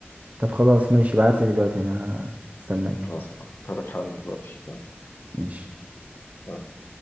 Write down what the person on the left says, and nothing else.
خلاص هبعتها لك حالا دلوقتي يلا
آه.